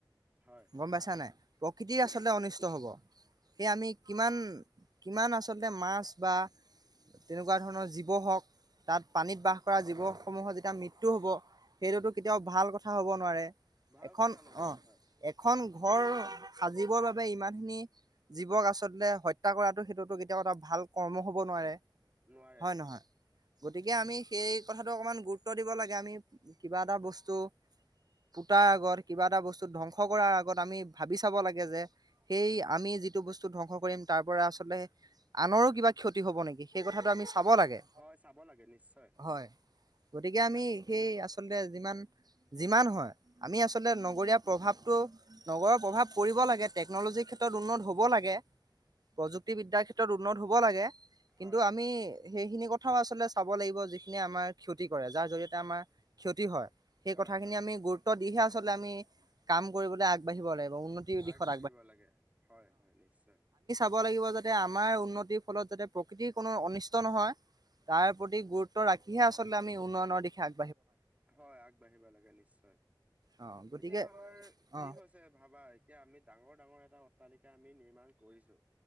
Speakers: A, on the right; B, on the right.
A: হয়
B: গ'ম পাইছানে নাই প্ৰকৃতি আচলতে অনিষ্ট হ'ব। সেই আমি কিমান কিমান আচলতে মাছ বা তেনেকুৱা ধৰণৰ জীৱ হওঁক তাত পানীত বাস কৰা জীৱসমূহৰ যেতিয়া মৃত্যু হ'ব। সেইটোতো কেতিয়াওঁ ভাল কথা হ'ব নোৱাৰে।
A: ভাল
B: এখন
A: কথা নহয়
B: অ'
A: হয়
B: এখন ঘৰ সাজিবৰ বাবে ইমান খিনি জীৱক আচলতে সত্ হত্যা কৰাটো সেইটোতো কেতিয়াও এটা ভাল কৰ্ম হ'ব নোৱাৰে।
A: নোৱাৰে,
B: হয়
A: নোৱাৰে।
B: নহয় গতিকে, আমি সেই কথাটো অকমান গুৰুত্ব দিব লাগে, আমি কিবা এটা বস্তু পোতাৰ আগত কিবা এটা বস্তু ধ্বংস কৰাৰ আগত, আমি ভাবি চাব লাগে যে সেই আমি যিটো বস্তু ধ্বংস কৰিম তাৰ পৰা আচলতে আনৰো কিবা ক্ষতি হ'ব নেকি সেই কথাটো আমি চাব লাগে
A: হয় চাব লাগে নিশ্চয়
B: হয়। গতিকে, আমি সেই আচলতে যিমান যিমান হয়। আমি আচলতে নগৰীয়া প্ৰভাৱটো নগৰৰ প্ৰভাৱ পৰিব লাগে টেকন'লজিৰ ক্ষেত্ৰত ক্ষেত্ৰত উন্নত হ'ব লাগে প্ৰযুক্তিবিদ্যাৰ ক্ষেত্ৰত উন্নত হ'ব লাগে কিন্তু
A: হয়
B: আমি সেইখিনি কথাও আচলতে চাব লাগিব যিখিনি আমাৰ ক্ষতি কৰে, যাৰ জৰিয়তে আমাৰ ক্ষতি হয়। সেই
A: হয়
B: কথাখিনি
A: হয়
B: আমি গুৰুত্ব দিহে, আচলতে আমি কাম কৰিবলৈ আগবাঢ়িব লাগিব। উন্নতিৰ দিশত
A: আগবাঢ়িব লাগে হয় হয় নিশ্চয়
B: ভাবিব লাগিব যাতে আমাৰ উন্নতিৰ ফলত যাতে প্ৰকৃতিৰ কোনো অনিষ্ট নহয়। তাৰ প্ৰতি গুৰুত্ব ৰাখিহে আচলতে আমি উন্নয়নৰ দিশে আগ
A: হয়, আগবাঢ়িব লাগে নিশ্চয়।
B: অ গতিকে
A: এতিয়া, আমাৰ কি
B: অ
A: হৈছে ভাবা, এতিয়া আমি ডাঙৰ ডাঙৰ এটা অট্টালিকা আমি নিৰ্মান কৰিছোঁ।